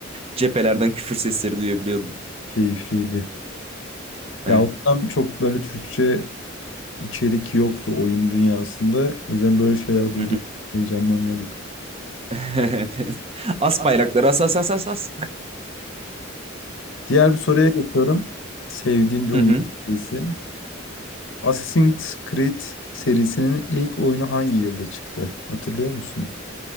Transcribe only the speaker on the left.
Keyifliydi.
Ya o dönem çok böyle Türkçe içerik yoktu oyun dünyasında. O yüzden böyle şeyler duyduk.
Heyecanlanıyorduk.
Diğer bir soruya geçiyorum. Sevdiğim bir
oyun
serisi. Assassin's Creed serisinin ilk oyunu hangi yılda çıktı? Hatırlıyor musun?